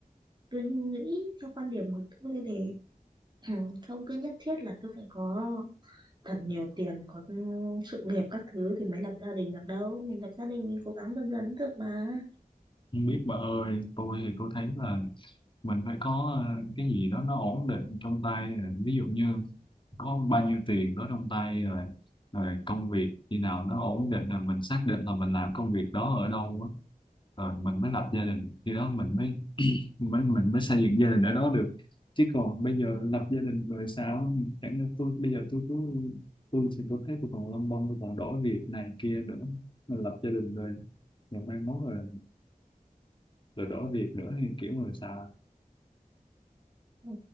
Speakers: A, on the right (about 30°); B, on the left (about 35°).
A: tôi nghĩ theo quan điểm của tôi thì ừ, không cứ nhất thiết là cứ phải có thật nhiều tiền, có sự nghiệp các thứ thì mới lập gia đình được đâu. Mình lập gia đình mình cố gắng dần dần cũng được mà.
B: Không biết bà ơi, tôi thì tôi thấy là mình phải có ờ, cái gì đó nó ổn định trong tay, à, ví dụ như có bao nhiêu tiền đó trong tay rồi rồi công việc khi nào nó ổn định là mình xác định là mình làm công việc đó ở đâu á rồi mình mới lập gia
A: Ừ.
B: đình khi đó mình mới mới mình mới xây dựng gia đình ở đó được chứ còn bây giờ lập gia đình rồi sao chẳng lẽ tôi bây giờ tôi cứ tôi thì tôi thấy tôi còn lông bông tôi còn đổi việc này kia nữa mình lập gia đình rồi rồi mai mốt rồi rồi đổi việc nữa hay kiểu người sao
A: Ừ,